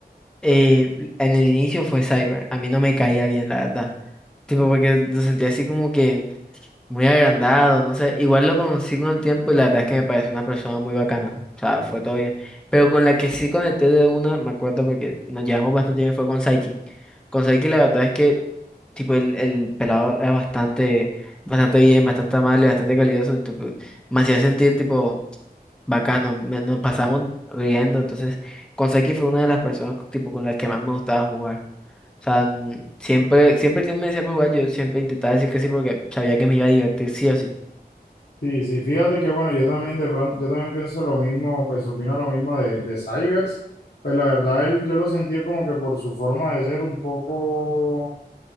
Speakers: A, in the centre; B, on the left.
A: eh, en el inicio fue Cyber. A mí no me caía bien, la verdad. Tipo, porque lo sentía así como que muy agrandado, no sé, igual lo conocí con el tiempo y la verdad es que me pareció una persona muy bacana, o sea, fue todo bien. Pero con la que sí conecté de una, me acuerdo porque nos llevamos bastante bien, fue con Saiki. Con Saiki la verdad es que, tipo, el, el pelado era bastante, bastante bien, bastante amable, bastante calidoso, tipo, me hacía sentir, tipo, bacano, me- nos pasábamos riendo, entonces, con Saiki fue una de las personas, tipo, con las que más me gustaba jugar. O sea, mm, siempre, siempre que me decía para jugar, yo siempre intentaba decir que sí porque sabía que me iba a divertir sí o sí.
B: Sí, sí, fíjate que bueno, yo también de pronto, yo también pienso lo mismo, pues opino lo mismo de, de Cybers. Pues la verdad, él yo lo sentía como que por su forma de ser un poco,